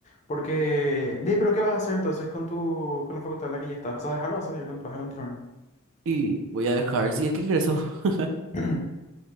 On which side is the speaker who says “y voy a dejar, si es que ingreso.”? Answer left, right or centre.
Right